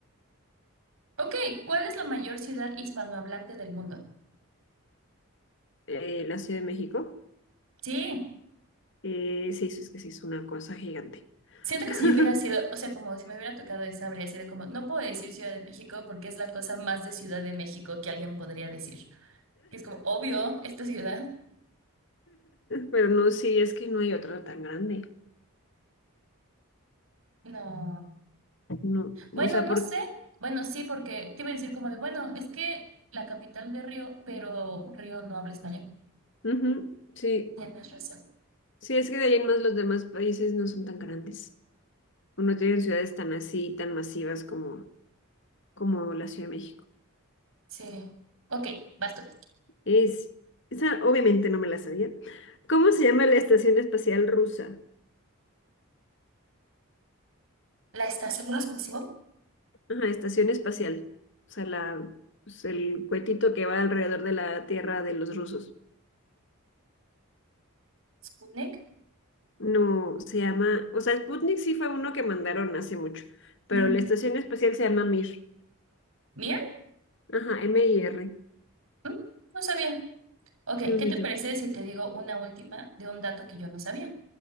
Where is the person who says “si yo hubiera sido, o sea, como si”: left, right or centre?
Right